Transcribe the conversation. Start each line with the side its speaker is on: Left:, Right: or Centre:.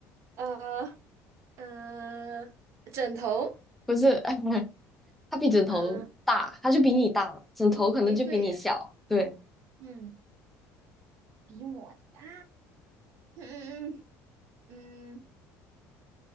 Right: 呃，嗯，枕头。
Centre: 不是，<laughs> 它比枕头大，
Right: 嗯，
Centre: 它就比你大嘛，枕头可能就比你小。
Right: 诶诶，对耶，
Centre: 对，
Right: 嗯，比我大。嗯嗯，嗯